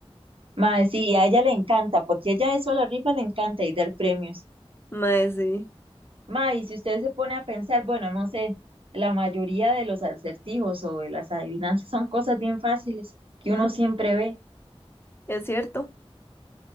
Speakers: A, on the right (about 60°); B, on the left (about 20°).
A: mae, sí, y a ella le encanta, porque ella eso a la rifa le encanta y dar premios.
B: Mae, sí,
A: Mae, y si usted se pone a pensar, bueno, no sé, la mayoría de los acertijos o de las adivinanzas son cosas bien fáciles que uno
B: Mm,
A: siempre ve.
B: es cierto.